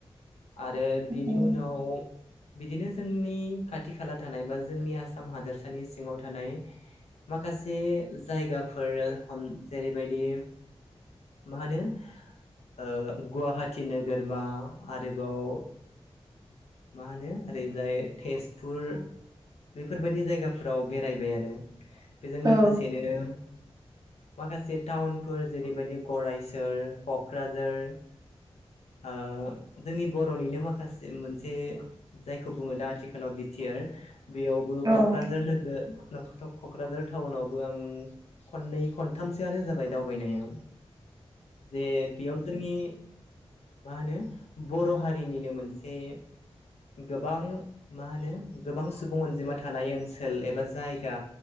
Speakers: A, on the left (about 70°); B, on the right (about 35°).
A: आरो बेनि
B: औ
A: उनाव बिदिनो जोंनि खाथि खाला थानाय बा जोंनि आसाम हादोरसानि सिङाव थानाय माखासे जायगाफोर हम जेरैबायदि मा होनो ओ गुवाहाटि नोगोरमा आरोबाव मा होनो ओरैजाय तेजपुर बेफोरबायदि जायगाफोराव बेरायबाय आरो। बेजों
B: औ।
A: <unintelligible> माखासे टाउनफोर जेरैबायदि गरायसर, क'क्राझार ओ जोंनि बर'निनो माखासे मोनसे जायखौ बुङो दा आथिखालाव <unintelligible> बेयावबो
B: औ
A: क'क्राझार नोगोर क'क्राझार टाउनावबो आं खननै खनथामसोआनो जाबाय दावबायनाया। जे बेयाव जोंनि मा होनो बर' हारिनिनो मोनसे गोबां मा होनो गोबां सुबुं अनजिमा थानाय ओनसोल एबा जायगा